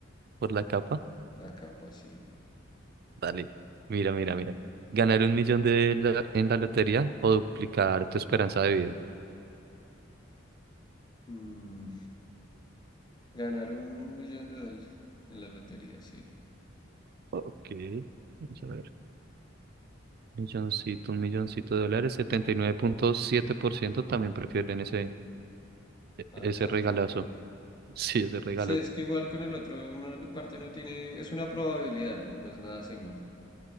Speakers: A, on the right (about 50°); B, on the left (about 20°).
A: por la capa.
B: la capa, sí.
A: Dale, mira, mira, mira. ¿Ganar un millón de la- en la lotería o duplicar tu esperanza de vida?
B: Mm, Ganar un millón de dólares en la lotería, sí.
A: Ok, vamos a ver. Milloncito, un milloncito de dólares, setenta y nueve punto siete por ciento también prefieren ese, e-
B: Ah,
A: ese
B: es alto.
A: regalazo. <laughs> Sí, ese regalote.
B: Sí, es que igual con el otro uno en parte no tiene... Es una probabilidad, ¿no? No es nada seguro.